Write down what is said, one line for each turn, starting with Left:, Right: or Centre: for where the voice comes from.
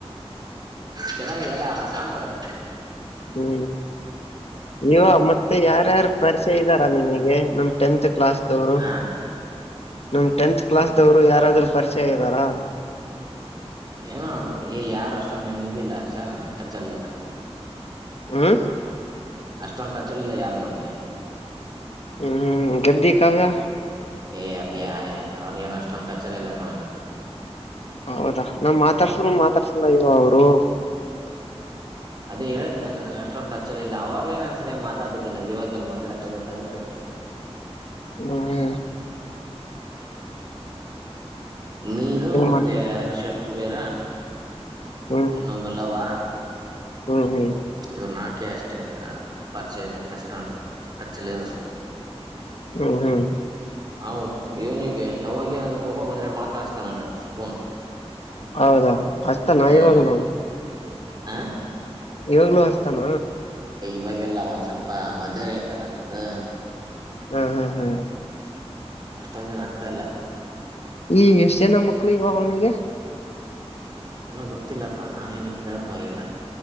Right: ಚೆನ್ನಾಗ ಅಲ್ಲ ಸಾಂಗ ಅದು
Left: ಹೂ ಇವ ಮತ್ತೆ ಯಾರ್ಯಾರ ಪರಿಚಯ ಇದ್ದಾರಾ ನಿಮಗೆ ನಮ್ ಟೆಂತ್ ಕ್ಲಾಸ್ ದವರು
Right: ಆ
Left: ನಮ್ ಟೆಂತ್ ಕ್ಲಾಸ್ ದವ್ರು ಯಾರಾದ್ರು ಪರಿಚಯ ಇದ್ದಾರಾ
Right: ಏನೋ ಯಾರ ಅಷ್ಟೊಂದು ನನ ಇದಿಲ್ಲ ಅರ್ಷದು ಟಚ್ಲಿಲ್ಲ
Left: ಹ್ಮ್
Right: ಅಷ್ಟೊಂದು ಟಚ್ಲ್ಲಿಲ್ಲ ಯಾರು ನನಗೆ
Left: ಹೂ ಹೂ ಗೆದ್ದಿ ಕಾಕಾ
Right: ಏ ಅದ ಅವ್ರ ಏನ್ ಅಷ್ಟೊಂದು ಟಚ್ ಇಲ್ಲಪ್ಪಾ
Left: ಹೌದಾ ನಮ್ ಮಾತಾಡ್ಸ ಮಾತಾಡ್ಸಲ್ಲ ಇವ ಅವ್ರು
Right: ಅದೇ ಹೇಳದ್ನಲ್ಲ ನನಗೆ ಅಷ್ಟೊಂದು್ ಟಚ್ ಅಲ್ಲಿ ಇಲ್ಲ ಅವಾಗಲೇ ನಾನನ್ ಸರಿಯ್ ಮಾತಾಡ್ತಿದ್ದಿಲ್ಲ ಇವಾಗೆಲ್ಲಿ ಮಾತಾಡಕ್ಕ ಆಾಗತ್ತ ಅವ್ರ ಜೊತೆ
Left: ಹೂ
Right: ಮೀನು ಮತ್ತೆ
Left: ಮಾಡ್ತವಿ
Right: ಹರಿಶ ಕುಬೇರ
Left: ಹ್ಮ್
Right: ಇನ್ನೊಂದು ಲವ
Left: ಹ್ಮ್ ಹ್ಮ್
Right: ಇವ ನಾಕೆ ಅಷ್ಟೇ ಪರಿಚಯ ಇದಷ್ಟು ಅಂತ ಟಚ್ ಲ್ಲಿ ಇರೋದು
Left: ಹ್ಮ್ ಹ್ಮ್
Right: ಹಾ ಇವನಿಗೆ ಲವ್ವಾಗಿ ಏನಾದ್ೂ ಕೋಪ ಬಂದ್ರೆ ಮಾತ್ರ ಆಚ್ತ ನನಗ ಫೋನ್
Left: ಹೌದಾ ಅಷ್ಟತ ನ
Right: ಹ್ಮ್
Left: ಇವಾಗ ನೋವು
Right: ಹ
Left: ಇವಾಗ್ಲುೂ ಹಸ್ತಾನ
Right: ಇವಾಗಲ್ಲ ಒಂದ್ ಸ್ವಲ್ಪ ಮದುವೆ ಆಗ್ತೀ ಅಂತಂದು
Left: ಹೂ ಹೂ ಹೂ
Right: ಅಷ್ಟೊಂದ ದಿನ ಆಗ್ತಾ ಇಲ್ಲ
Left: ಈ ಎಷ್ಟ ಜನ ಮಕ್ಳು ಇವ ಅವ್ನಿಗೆ
Right: ಏನೋ ಗೊತ್ತಿಲ್ಲಪ್ಪಾ ನಾನ ಏನ ಕೇಳಕ್ ಹೋಗಿಲ್ಲ